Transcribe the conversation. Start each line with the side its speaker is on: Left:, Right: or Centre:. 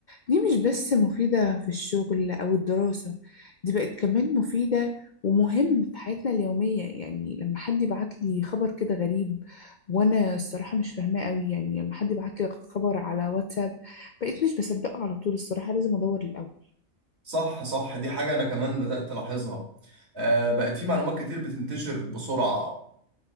Left: دي مش بس مفيدة في الشغل أو الدراسة دي بقت كمان مفيدة ومهم في حياتنا اليومية يعني لما حد يبعت لي خبر كده غريب وأنا الصراحة مش فاهماه قوي يعني لما حد يبعت لي خبر على واتساب بقيت مش بصدقه على طول الصراحة لازم أدور الأول
Right: صح صح دي حاجة أنا كمان بدأت ألاحظها آه بقت في معلومات كتير بتنتشر بسرعة